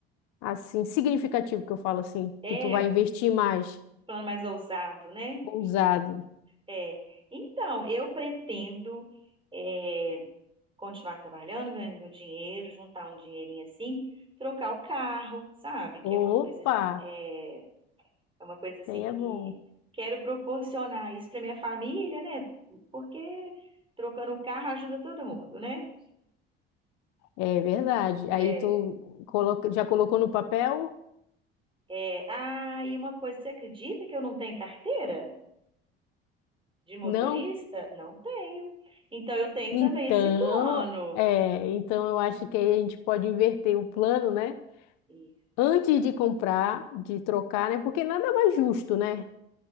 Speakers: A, on the left; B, on the right.
A: assim significativo que eu falo assim,
B: É
A: que tu vai investir mais
B: um plano mais ousado, né?
A: ousado.
B: É, então, eu pretendo é, continuar trabalhando, ganhando meu dinheiro, juntar um dinheirinho assim, trocar o carro, sabe? Que
A: Opa,
B: é uma coisa, é, é uma coisa assim
A: isso aí é
B: que
A: bom.
B: quero proporcionar isso para minha família, né? Porque trocando o carro ajuda todo mundo, né?
A: É verdade. Aí
B: É,
A: tu coloca, já colocou no papel?
B: é, ah, e uma coisa, você acredita que eu não tenho carteira de motorista?
A: Não?
B: Não tenho. Então, eu tenho
A: Então,
B: também esse plano.
A: é, então eu acho que aí a gente pode inverter o plano, né?
B: Isso,
A: Antes de comprar, de trocar, né? Porque nada mais justo, né?